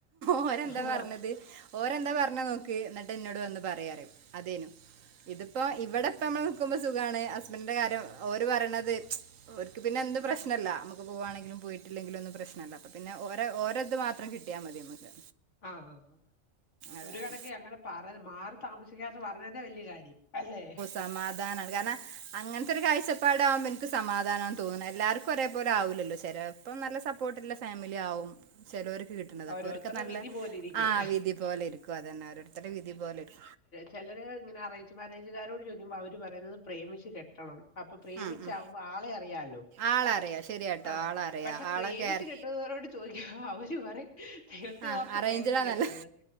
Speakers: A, on the right; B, on the left.
A: ഓരെന്താ
B: ആഹ്
A: പറഞ്ഞത് ഓരെന്താ പറഞ്ഞാ നോക്ക് എന്നിട്ട് എന്നോട് വന്ന് പറീ അറി അതേനു ഇതിപ്പോ ഇവിടെപ്പ നമ്മൾ നക്കുമ്പോ സുഖാണ് ഹസ്ബൻഡിന്റെ കാര്യം ഓര് പറയണത് ഒര്ക് പിന്നെ എന്തും പ്രശ്നമല്ല നമുക്ക് പോവാണെങ്കിലും പോയിട്ടില്ലെങ്കിലും ഒന്നു പ്രശ്നല്ല പിന്നെ ഓരെ ഓരെ ഇത് മാത്രം കിട്ടിയാ മതി നമക്ക്
B: ആഹ് ആഹ് ആഹ്
A: അതാണ്
B: ഒരു കണക്ക് അങ്ങനെ പാറൽ മാറി താമസിക്കാന്ന് പറഞ്ഞന്നെ വല്യ കാര്യം അല്ലേ
A: സമാധാനണ് കാരണം അങ്ങൻത്തെ ഒരു കാഴ്ചപ്പാട ആഉമ്പോ ഇൻക്ക് സമാധാന തോന്നുണെ എല്ലാര് ക്കൊരേ പോലെ ആവൂലല്ലോ ചെലേപ്പം നല്ല സപ്പോർട്ടില്ല ഫാമിലി ആവും ചെലോര്ക്ക് കിട്ട്ണതാഅപ്പോര്ക്ക്
B: ഓരോരുത്തരുടെ
A: അത്‌നല്ല
B: വിധി പോലിരിക്കും
A: ആഹ് വിധി പോലെ ഇരിക്കും അതന്നെ ഓരോരുത്തര്‌ടെവിധി പോല ഇരി
B: ചെലര് ഇങ്ങനെ അറയ്ഞ്ച് മേരേജ് കാരോട് ചോയിക്കുമ്പോ അവര് പറയുന്നത് പ്രേമിച്ച് കെട്ടണം അപ്പൊ പ്രേമിച്ചാവുമ്പോ
A: ഉം ഉം
B: ആളെ അറിയാലോ
A: ആളറിയാ ശരിയാട്ടോ
B: ആഹ്
A: ആളറിയാ
B: പക്ഷെ
A: ആളെ
B: പ്രേമിച്ച്
A: ക്യാര
B: കെ വരോട് ചോയിക്കും അവര് പറിം ദൈവത്തെ
A: ആ
B: ഓർത്ത്
A: അറേഞ്ച്ഡാ
B: പ്രേമിച്ച് കെട്ടരുത്
A: നല്ല